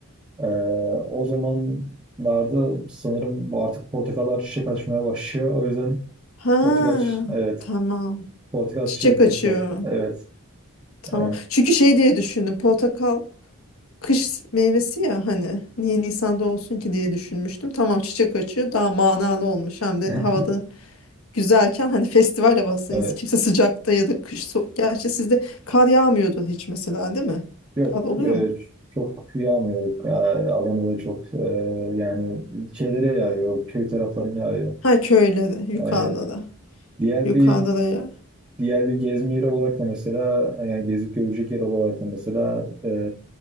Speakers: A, on the right; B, on the left.
A: e, o zamanlarda sanırım artık portakallar çiçek açmaya başlıyor. O yüzden
B: Ha,
A: portakal evet
B: tamam.
A: Portakal
B: Çiçek
A: Çiçeği Festival.
B: açıyor.
A: Evet.
B: Tamam.
A: Ee,
B: Çünkü şey diye düşündüm. Portakal kış meyvesi ya hani niye Nisan'da olsun ki diye düşünmüştüm. Tamam çiçek açıyor. Daha manalı olmuş. Hem de
A: <laughs>
B: havada güzelken hani festival havası
A: evet.
B: kimse sıcakta ya da kış so- gerçi sizde kar yağmıyordun hiç mesela değil mi?
A: Yok.
B: Kar oluyor
A: e,
B: mu?
A: çok yağmıyor. Yok. Ee, Adana'da çok e, yani şeylere yağıyor. Köy taraflarına yağıyor.
B: Ha köylere yukarıda
A: Evet.
B: da
A: Diğer
B: yukarıda
A: bir
B: da ya.
A: diğer bir gezme yeri olarak da mesela yani gezip görecek yer olarak da mesela e,